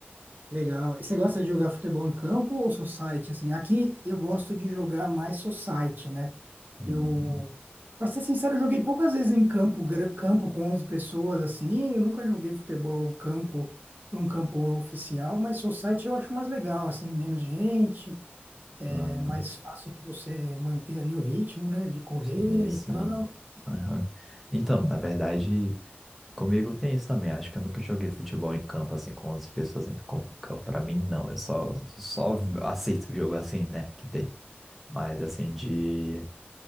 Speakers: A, on the right; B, in the centre.
A: Legal. E você gosta de jogar futebol em campo ou society? Assim, aqui eu gosto de jogar mais society, né?
B: Uhum.
A: Eu, pra ser sincero, eu joguei poucas vezes em campo, gra- campo com 11 pessoas, assim. Eu nunca joguei futebol em campo, num campo oficial, mas society eu acho mais legal, assim, menos gente, é
B: Uhum.
A: mais fácil de você manter ali o ritmo, né, de correr
B: Sim, sim.
A: e tal.
B: Aham. Então, na verdade. Comigo tem isso também. Acho que eu nunca joguei futebol em campo assim com 11 pessoas dentro do campo. Pra mim, não. Eu só, só aceito jogo assim, né? Que tem. Mas assim, de,